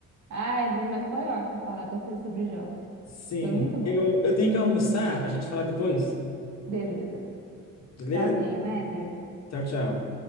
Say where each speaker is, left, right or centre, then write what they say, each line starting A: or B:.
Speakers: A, on the right; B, on the left.
A: Ai, mas foi ótimo falar com vocês sobre jogos.
B: Sim.
A: Foi muito bom.
B: Eu, eu tenho que almoçar, a gente fala depois.
A: Beleza.
B: Beleza?
A: Tchauzinho, André.
B: Tchau, tchau.